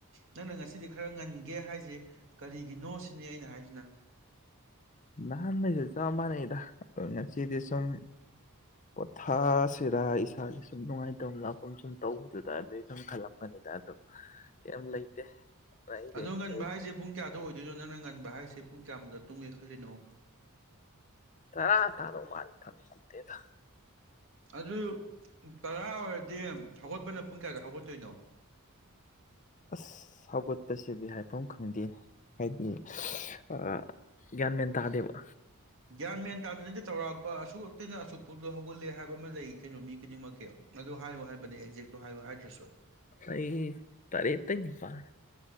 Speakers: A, on the right; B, on the left.
A: ꯅꯪꯅ ꯉꯁꯤꯗꯤ ꯈꯔ ꯉꯟꯒꯦ ꯍꯥꯏꯁꯦ ꯀꯔꯤꯒꯤꯅꯣ ꯁꯤꯅꯤ ꯑꯩꯅ ꯍꯥꯏꯁꯤꯅ
B: ꯅꯍꯥꯟ ꯆꯞ ꯃꯥꯟꯅꯩꯗ ꯉꯁꯤꯗꯤ ꯁꯨꯝ ꯄꯣꯊꯁꯤꯔꯥ ꯏꯁꯥꯒꯤꯁꯨ ꯅꯨꯡꯉꯥꯏ ꯇ ꯂꯥꯛꯀꯨꯝ ꯁꯨꯝ ꯇꯧꯗꯦꯗ ꯑꯗꯨꯗꯩ ꯁꯨꯝ ꯈꯜꯂꯝꯄꯅꯤꯗ ꯑꯗꯣ ꯀꯩꯝ ꯂꯩꯇꯦ ꯂꯩꯗꯤ
A: ꯑꯗꯣ ꯉꯟꯕ
B: ꯂꯩ
A: ꯍꯥꯏꯁꯦ ꯄꯨꯡ ꯀꯌꯥꯗ ꯑꯣꯏꯗꯣꯏꯅꯣ ꯅꯪꯅ ꯉꯟꯕ ꯍꯥꯏꯁꯦ ꯄꯨꯡ ꯀꯌꯥꯃꯨꯝꯇ ꯇꯨꯡꯉꯦ ꯈꯜꯂꯤꯅꯣ
B: ꯇꯥꯔ ꯇꯗꯧꯃꯥꯟꯗꯦꯗ ꯈꯪꯇꯦꯇ
A: ꯑꯗꯨ ꯇꯔꯥ ꯑꯣꯏꯔꯗꯤ ꯍꯧꯒꯠꯄꯅ ꯄꯨꯡ ꯀꯌꯥꯗ ꯍꯧꯒꯠꯇꯣꯏꯅꯣ
B: ꯑꯁ ꯍꯧꯒꯠꯄꯁꯤꯗꯤ ꯍꯥꯏꯐꯝ ꯈꯪꯗꯦꯅꯦ ꯍꯥꯏꯗꯤ ꯑꯥ ꯒ꯭ꯌꯥꯟ ꯃꯦꯟ ꯇꯥꯗꯦꯕ
A: ꯒ꯭ꯌꯥꯟ ꯃꯦꯟ ꯇꯗꯔꯤ ꯉꯩ ꯇꯧ ꯆꯧꯔꯥꯛ ꯑꯁꯨꯛꯇꯩꯅ ꯑꯁꯨꯛꯄꯨ ꯑꯗꯣ ꯍꯧꯒꯠꯂꯦ ꯍꯥꯏꯕ ꯑꯃ ꯂꯩ ꯀꯩꯅꯣ ꯃꯤ ꯈꯨꯗꯤꯡꯃꯛꯀꯤ ꯑꯗꯨ ꯍꯥꯏꯌꯨ ꯍꯥꯏꯕꯅꯦ ꯑꯦꯛꯖꯦꯛꯇꯣ ꯍꯥꯏꯌꯨ ꯍꯥꯏꯗ꯭ꯔꯁꯨ
B: ꯑꯩ ꯇꯔꯦꯠꯇꯩ ꯅꯤꯄꯥꯟ